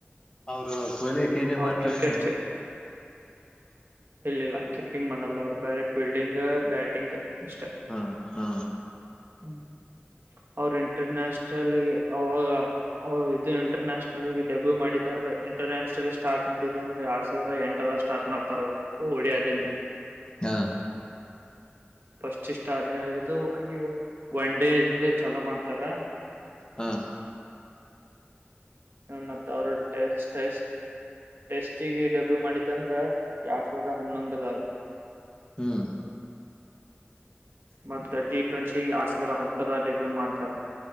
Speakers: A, on the left; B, on the right.
A: ಅವರು ಕೊಹ್ಲಿ ಕೀಪಿಂಗ್
B: ಅವ್ರ
A: ಮಾಡ್ತಾರೇನು
B: ಕ್ರಿಕೆಟ್ ಚ ಇಲ್ಲಿಿಲ್ಲ ಕೀಪಿಂಗ್ ಮಾಡಲ್ಲ ಅವರು ಬೇರೆ ಫೀಲ್ಡಿಂಗ್ ಬ್ಯಾಟಿಂಗ್ ಅಷ್ಟ
A: ಹಾ ಹಾ
B: ಹ್ಮ ಅವ್ರ ಇಂಟರ್ ನ್ಯಾಷನಲ್ಗೆ ಅವಾಗ ಅವ ಇದು ಇಂಟರ್ನ್ಯಾಷನಲ್ಗೆ ಡೆಬ್ಯೂ ಮಾಡಿದ ಅಂದ್ರೆ ಇಂಟರ್ನ್ಯಾಷನಲ್ ಸ್ಟಾರ್ಟ್ ಮಾಡಿದ ಅಂದ್ರೆ ಎರಡ್ ಸಾವಿರ ಎಂಟರ ಸ್ಟಾರ್ಟ್ ಮಾಡ್ತಾರ ಅವರು ಒಡಿಯದಿಂದ
A: ಹಾ
B: ಫಸ್ಟಿಷ್ಟ ಅಾಲ ಆಗಿದ್ದ ಒ ಡೇ ಇಿಂದ ಚಲೋ ಮಾಡ್ತಾರ
A: ಹಾಂ
B: ಹ ಮತ್ತ ಅವರು ಟ ಟೆಸ್ಟ್ಿಗೆ ಡೆಬ್ಯೂ ಮಾಡಿದ ಅಂದ್ರ ಯಾವ ಸ ಹಾನೊಂದರಾಗ
A: ಹ್ಮ್
B: ಮತ್ತ ಟಿ ಟ್ವೆಂಟಿ ಎರಡ್ ಸಾವಿರ ಹತ್ತರ ಡೆಬ್ಯೂ ಮಾಡ್ತಾರೆ